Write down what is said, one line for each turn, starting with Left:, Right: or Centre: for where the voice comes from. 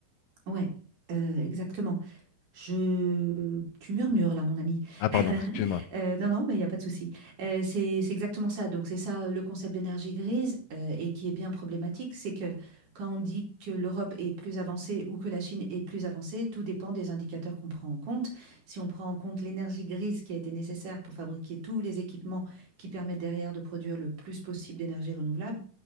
Right: ouais, euh, exactement. Je... Tu murmures là, mon ami.
Left: Ah, pardon,
Right: <laughs>
Left: excuse-moi.
Right: Euh, non, non, mais il n'y a pas de souci. Euh, c'est, c'est exactement ça. Donc, c'est ça le concept d'énergie grise euh, et qui est bien problématique. C'est que quand on dit que l'Europe est plus avancée ou que la Chine est plus avancée, tout dépend des indicateurs qu'on prend en compte. Si on prend en compte l'énergie grise qui a été nécessaire pour fabriquer tous les équipements qui permettent derrière de produire le plus possible d'énergie renouvelable,